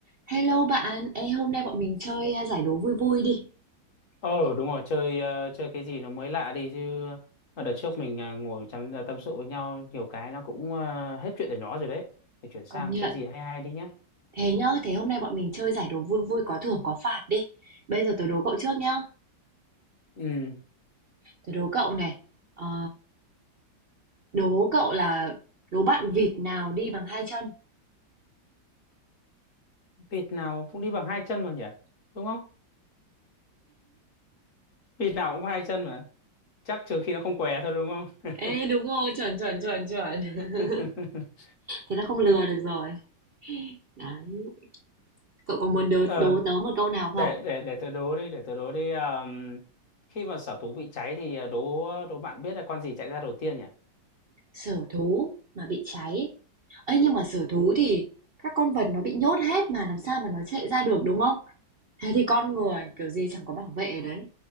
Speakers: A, on the right (about 60°); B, on the left (about 45°).
A: Hello bạn, Ê, hôm nay bọn mình chơi à, giải đố vui vui đi.
B: Ờ đúng rồi chơi ờ, chơi cái gì nó mới lạ đi chứ mà đợt trước mình à, ngồi chăm à, tâm sự với nhau nhiều cái nó cũng ờ, hết chuyện để nó rồi đấy thì chuyển sang
A: Công nhận.
B: cái gì hay hay đi nhé
A: Thế nhá, thế hôm nay bọn mình chơi giải đố vui vui có thưởng có phạt đi. Bây giờ tớ đố cậu trước nhá.
B: ừ
A: Tớ đố cậu này. Ờ, đố cậu là đố bạn vịt nào đi bằng hai chân.
B: vịt nào cũng đi bằng hai chân mà nhỉ đúng không vịt nào cũng có hai chân mà chắc trừ khi nó không què thôi đúng không
A: Ê đúng rồi, chuẩn chuẩn chuẩn chuẩn. <laughs>
B: <laughs>
A: Thế là không lừa được rồi. Đấy. Cậu có muốn đố,
B: ờ,
A: đố tớ một câu nào không?
B: để để để tớ đố đi để tớ đố đi Ờm, khi mà sở thú bị cháy thì ờ, đố đố bạn biết là con gì chạy ra đầu tiên nhỉ
A: Sở thú mà bị cháy. Ê, nhưng mà sở thú thì các con vật nó bị nhốt hết mà làm sao mà nó chạy ra được đúng không? Thế thì con người kiểu gì chẳng có bảo vệ ở đấy.